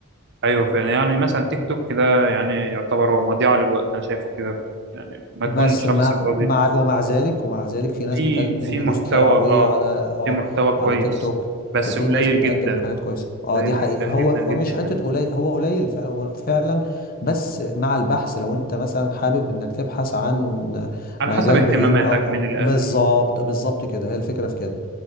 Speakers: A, on the right; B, on the left.
A: ايوه فعلا يعني مثلا تيك توك ده يعني يعتبر هو مضيعة للوقت انا شايفه كده يعني ما تكون
B: بس
A: شخص
B: مع
A: فاضي
B: مع ومع ذلك ومع ذلك في ناس
A: في
B: بتقدم
A: في
B: دروس
A: محتوى
B: توعوية
A: اه
B: على اه
A: في محتوى كويس
B: على تيك توك
A: بس
B: وفي
A: قليل
B: ناس بتقدم
A: جدا
B: حاجات كويسة اه
A: قليل
B: دي حقيقة
A: جدا
B: هو
A: جدا
B: هو
A: جدا
B: مش
A: يعني
B: حتة قليل هو قليل فعلا هو فعلا بس مع البحث لو انت مثلا حابب انك تبحث عن
A: على
B: مجال
A: حسب اهتماماتك
B: بعينه او
A: من الاخر
B: بالظبط بالظبط كده هي الفكرة في كده